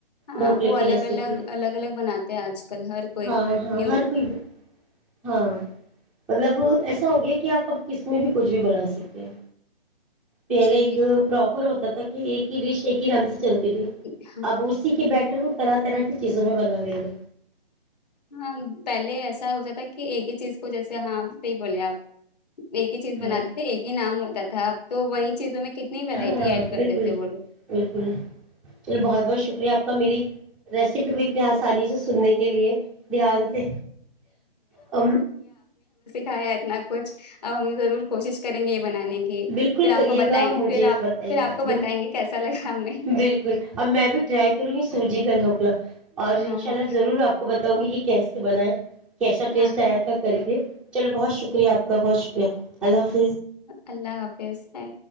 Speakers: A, on the left; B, in the centre.
A: ہاں
B: ڈھوکلے
A: وہ
B: کی
A: الگ
B: ریسیپی
A: الگ الگ الگ بناتے ہیں آج کل ہر کوئی
B: ہاں ہاں
A: نیو
B: ہر کوئی ہاں مطلب ایسا ہو گیا کہ آپ اب کس میں بھی کچھ بھی بنا سکتے ہیں پہل
A: جی
B: ایک پراپر ہوتا کہ ایک ہی ڈش ایک ہی رام سے چلتی تھی
A: ہاں
B: اب اسی کے بیٹر کو طرح طرح کی چیزوں میں بنا لے رہے
A: ہاں پہلے ایسا ہو جاتا کہ ایک ہی چیز کو جیسے ہاں صحی بولے آپ ایک ہی چیز
B: ہاں
A: بناتے تھے ایک ہی نام ہوتا تھا تھا اب تو وہی چیزوں میں کتنی ورائٹی
B: ہاں
A: ایڈ کر
B: بالکل
A: دیتے وہ
B: بالکل چلو بہت بہت شکریہ آپ کا میری ریسیپی کو اتنی آسانی سے سننے کے لیے دھیان سے ا
A: ھا اتنا کچھ اب ہم ضرور کوشش کریں گے بنانے کی
B: بالکل
A: پھر آ
B: کریے
A: کو بتائیںےھر
B: گا مجھے
A: آ
B: بتائیے
A: پھر
B: گا
A: آپ کو بتائیں گے کیسا لگا ہمیں
B: بالکل اب میں بھی ٹرائی کروں گی سوجی کا روکلا اور انشاء
A: ہاں ہاں
B: اللہ ضرور آپ کو بتاؤں گی کہ کیسے بنایا کیسا ٹیسٹ
A: ہاں
B: آیا
A: ہاں
B: تھا کر کے چلو بہت شکریہ آپ کا بہت شکریہ اللہ حافظ
A: اللہ پس ہے